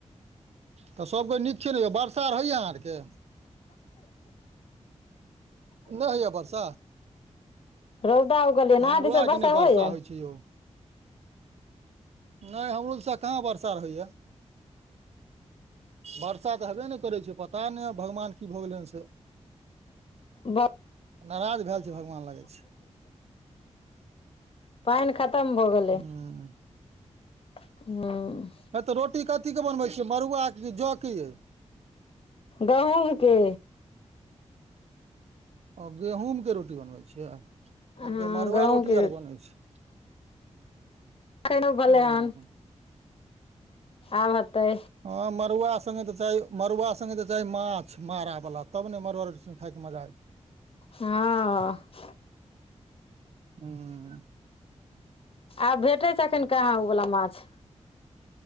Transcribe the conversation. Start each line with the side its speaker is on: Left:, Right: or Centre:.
Right: तऽ सबके नीक छै ने, बर्षा आर होइए अहाँ आरके? नहि होइए वर्षा।
Left: रौदा उगलियनि
Right: हमरो
Left: अहाँ दिस
Right: आरके नै वर्षा
Left: होइयन
Right: होइ छै यौ। नहि हमरो सभ कहाँ बरसा होइए। वर्षा तऽ हबे ने करै छै पता नहि भगवान की भऽ गेलै हन से।
Left: ब
Right: नारज भेलए छै, भगवान लगै छै।
Left: पाइन खतम भऽ गेलै।
Right: हूं।
Left: हूं।
Right: है तऽ रोटी कथीके बनबै छियै? मड़ुआ कि जौ के अइ।
Left: गहुमके।
Right: आ गहूँमके रोटी बनबै छियै,
Left: हँ
Right: हम मड़ुआ
Left: गहूँम
Right: रोटी
Left: के
Right: आर बनै छै।
Left: <unintelligible> बनले
Right: हूँ
Left: हन। आब अते।
Right: हँ मड़ुआ संगङ्गे तऽ चाही मड़ुआ संगङ्गे चाही माछ मारा वला तब ने मड़ुआ रो खायके मजा
Left: हँ।
Right: हू।
Left: आब भेटैत छै एखन कहाँ ओवला माछ।